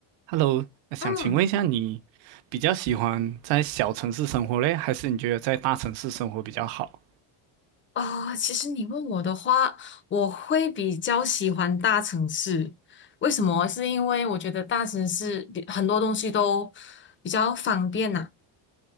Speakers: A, on the right; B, on the left.
A: Hello，呃想请问一下，
B: 嗯，
A: 你比较喜欢在小城市生活嘞，还是你觉得在大城市生活比较好？
B: 啊、其实你问我的话，我会比较喜欢大城市。为什么？是因为我觉得大城市比很多东西都比较方便呐、